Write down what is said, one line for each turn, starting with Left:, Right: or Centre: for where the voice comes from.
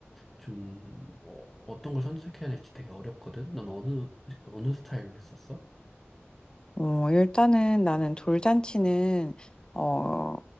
Centre: 좀, 어, 어떤 걸 선택해야 될지 되게 어렵거든? 넌 어느, 어느 스타일로 했었어?
Left: 어, 일단은 나는 돌잔치는, 어,